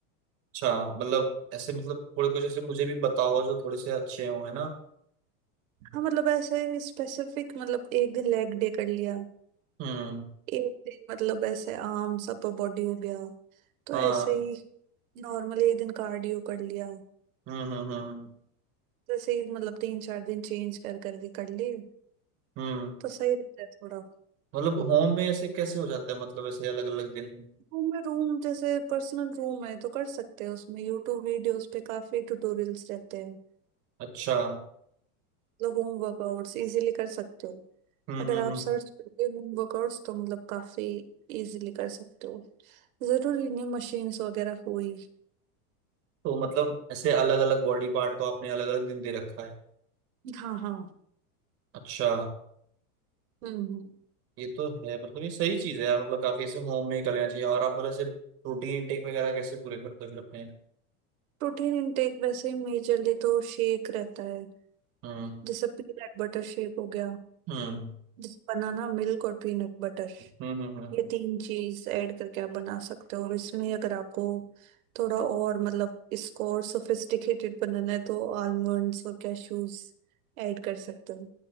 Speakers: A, on the right (about 30°); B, on the right (about 65°).
A: अच्छा मतलब ऐसे मतलब थोड़े कुछ ऐसे मुझे भी बताओ जो थोड़े से अच्छे हो है ना
B: हाँ मतलब ऐसे स्पेसिफिक मतलब एक दिन लेग डे कर लिया
A: हम्म
B: एक दिन मतलब ऐसे आर्म्स अपर बॉडी हो गया तो
A: हाँ
B: ऐसे ही नॉर्मली एक दिन कार्डियो कर लिया
A: हम्म हम्म हम्म
B: जैसे ही मतलब तीन चार दिन चेंज कर करके कर लिए
A: हम्म
B: तो सही रहता है थोड़ा
A: मतलब होम में ऐसे कैसे हो जाता है मतलब ऐसे अलग अलग दिन
B: रूम में रूम जैसे पर्सनल रूम है तो कर सकते हैं उसमें यूट्यूब वीडियोस पे काफी ट्यूटोरियल्स रहते हैं
A: अच्छा
B: मतलब होम वर्कआउट्स इजीली कर सकते हो
A: हम्म
B: अगर
A: हम्म
B: आप
A: हम्म
B: सर्च करते हो होम वर्कआउट्स तो मतलब काफी इजीली कर सकते हो जरूरी नहीं मशीन्स वगैरह हो ही
A: तो मतलब ऐसे अलग अलग बॉडी पार्ट को आपने अलग अलग दिन दे रखा है
B: हाँ हाँ
A: अच्छा
B: हम्म हम्म।
A: ये तो है मतलब ये सही चीज है यार मतलब काफी ऐसे होम में ही कर लेना चाहिए और आप मतलब ऐसे प्रोटीन इनटेक वगैरह कैसे पूरे करते हो फिर अपने
B: प्रोटीन इनटेक वैसे मेजरली तो शेक रहता है
A: हम्म
B: जैसे पीनट बटर शेक हो गया
A: हम्म
B: जैसे बनाना मिल्क और पीनट बटर
A: हम्म हम्म हम्म
B: ये तीन चीज ऐड करके आप बना सकते हो और इसमें अगर आपको थोड़ा और मतलब इसको और सोफिस्टिकेटेड बनाना है तो आलमंड्स और कैशूज ऐड कर सकते हो